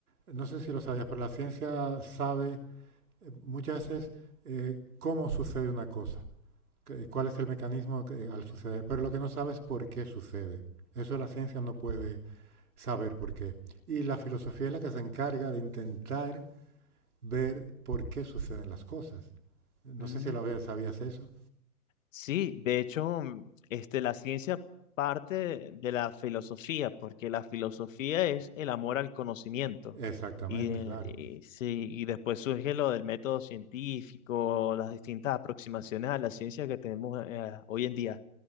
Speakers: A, on the right; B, on the left.
A: no sé si lo sabías, pero la ciencia sabe eh, muchas veces eh, cómo sucede una cosa, eh, cuál es el mecanismo eh, al suceder, pero lo que no sabe es por qué sucede. Eso la ciencia no puede saber por qué. Y la filosofía es la que se encarga de intentar ver por qué suceden las cosas. No
B: Mm.
A: sé si lo sabías eso.
B: Sí, de hecho, mm, este, la ciencia parte de la filosofía, porque la filosofía es el amor al conocimiento.
A: Exactamente,
B: Y, eh,
A: claro.
B: y sí, y después surge lo del método científico, las distintas aproximaciones a la ciencia que tenemos eh, hoy en día.